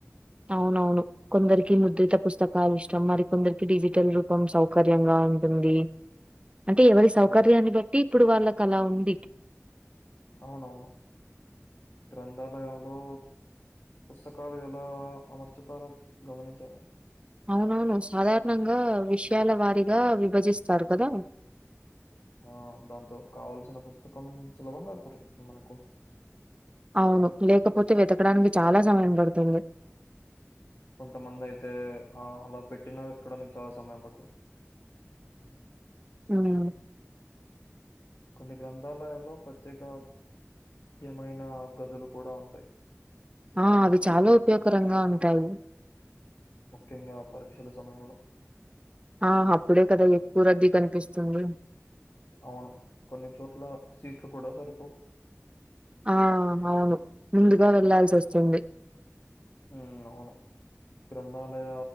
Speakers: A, on the right; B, on the left.
A: అవునవును కొందరికి ముద్రిత పుస్తకాలు ఇష్టం మరి కొందరికి డిజిటల్ రూపం సౌకర్యంగా ఉంటుంది అంటే ఎవరి సౌకర్యాన్ని
B: అవును.
A: బట్టి ఇప్పుడు వాళ్ళకు అలా ఉంది
B: అవునవును గ్రంథాలయంలో పుస్తకాలు ఎలా అమర్చుతారో గమనించారా
A: అవునవును సాధారణంగా విషయాల వారిగా విభజిస్తారు కదా
B: ఆ దాంతో కావల్సిన పుస్తకం సులభం గా దొరుకుతుంది మనకు
A: అవును లేకపోతే వెతకడానికి చాలా సమయం పడుతుంది
B: కొంతమంది అయితే ఆ అలా పెట్టినా వెతకడానికి చాలా సమయం పడుతుంది
A: హ్మ్.
B: కొన్ని గ్రంథాలయాల్లో ప్రత్యేక ముఖ్యమైన గదులు కూడా ఉంటాయి
A: ఆ అవి చాలా ఉపయోగకరంగా ఉంటాయి
B: ముఖ్యంగా పరీక్షల సమయంలో
A: ఆ అప్పుడే కదా ఎక్కువ రద్దీ కనిపిస్తుంది
B: అవును కొన్ని చోట్ల సీట్లు కూడా సరిపోవు
A: ఆ అవును ముందుగా వెళ్లాల్సి వస్తుంది
B: ఉమ్ అవును గ్రంథాలయ